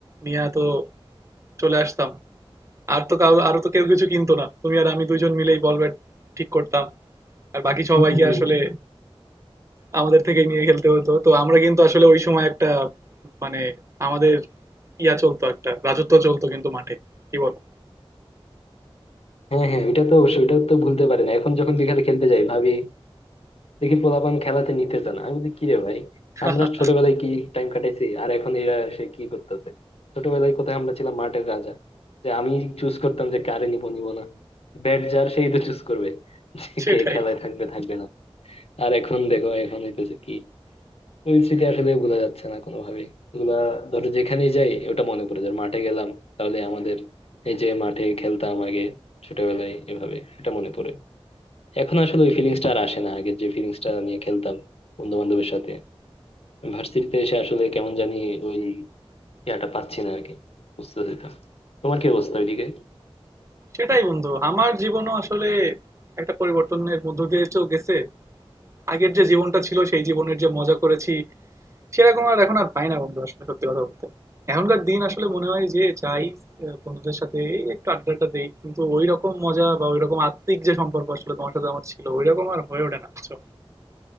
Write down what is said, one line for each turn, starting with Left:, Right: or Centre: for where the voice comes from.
Right: নিয়ে তো চলে আসতাম আর তো কাউ আর তো কেউ কিছু কিনতো না। তুমি আর আমি দুইজন মিলেই বল ব্যাট ঠিক করতাম। আর বাকি
Left: হম
Right: সবাইকে
Left: হম
Right: আসলে আমাদের থেকেই নিয়ে খেলতে হতো। তো আমরা কিন্তু আসলে ওই সময় একটা মানে আমাদের ইয়া চলতো একটা রাজত্ব চলতো কিন্তু মাঠে। কি বলো?
Left: হ্যাঁ হ্যাঁ ওইটা তো অবশ্যই ওইটা তো ভুলতে পারি না এখন যখন বিকালে খেলতে যাই ভাবি দেখি পোলাপান খেলাতে নিতেছে না আমি বলি কিরে ভাই
Right: <laughs>
Left: আমরা ছোটবেলায় কি টাইম কাটাইছি আর এখন এরা এসে কি করতেছে ছোটবেলায় কোথায় আমরা ছিলাম মাঠের রাজা যে আমি চুজ করতাম যে কারে নিব নিব না ব্যাট যার সেই তো চুজ করবে যে
Right: সেটাই।
Left: কে খেলায় থাকবে থাকবে না আর এখন দেখো এখন হইতেছে কি ওই স্মৃতি আসলে ভোলা যাচ্ছে না কোনোভাবেই ওগুলা ধরো যেখানেই যাই ওটা মনে পড়ে যায় মাঠে গেলাম তাহলে আমাদের এই যে মাঠে খেলতাম আগে ছোটবেলায় এভাবে এটা মনে পড়ে এখন আসলে ওই ফিলিংসটা আর আসে না আগের যে ফিলিংসটা নিয়ে খেলতাম বন্ধু বান্ধবের সাথে ভার্সিটিতে এসে আসলে কেমন জানি ওই ইয়াটা পাচ্ছি না আরকি বুঝতেছি তো তোমার কি অবস্থা ওইদিকে
Right: সেটাই বন্ধু। আমার জীবনও আসলে একটা পরিবর্তনের মধ্য দিয়ে তো গেছে। আগের যে জীবনটা ছিল সেই জীবনের যে মজা করেছি সেরকম আর এখন আর পাই না বন্ধু আসলে সত্যি কথা বলতে এখনকার দিন আসলে মনে হয় যে চাই আহ, বন্ধুদের সাথে এই একটু আড্ডাটা দেই কিন্তু ওই রকম মজা বা ওই রকম আত্মিক যে সম্পর্ক আসলে তোমার সাথে আমার ছিল ওই রকম আর হয়ে ওঠে না বুঝছো